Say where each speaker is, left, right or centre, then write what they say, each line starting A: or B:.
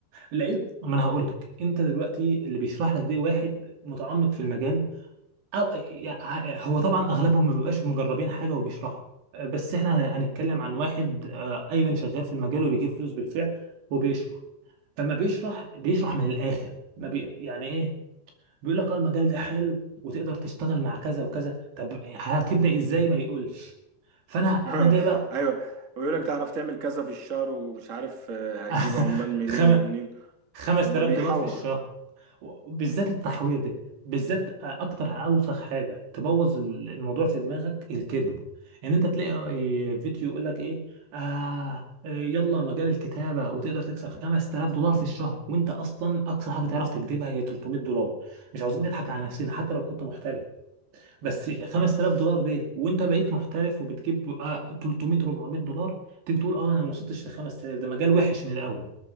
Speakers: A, on the right; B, on the right.
A: العلم ما انا هقول لك انت دلوقتي اللي بيشرح لك دي واحد متعمق في المجال او يع- هو طبعا اغلبهم ما بيبقاش مجربين حاجه وبيشرحوا بس احنا هنتكلم عن واحد آه، ايضا شغال في المجال وبيجيب فلوس بالفعل وبيشرح فما بيشرح بيشرح من الاخر ما بي يعني ايه بيقول لك اه المجال ده حلو وتقدر تشتغل مع كذا وكذا طب هتبدا ازاي ما يقولش فانا
B: <laughs>
A: انا جاي بقى
B: ايوه ويقول لك تعرف تعمل كذا في الشهر ومش عارف آه،
A: <laughs>
B: هتجيب عمال منين
A: خم...
B: ومنين
A: 5000
B: وما بيحور
A: دولار في الشهر بالذات التحوير ده بالذات اكتر اوسخ حاجه تبوظ ال- الموضوع في دماغك الكذب ان انت تلاقي فيديو يقول لك ايه آه يلا مجال الكتابه وتقدر تكسب 5000 دولار في الشهر وانت اصلا اقصى حاجه تعرف تكذبها هي 300 دولار مش عاوزين نضحك على نفسنا حتى لو كنت محترف بس 5000 دولار دي وانت بقيت محترف وبتجيب آه، 300 400 دولار تيجي تقول اه انا ما وصلتش ل 5000 ده مجال وحش من الاول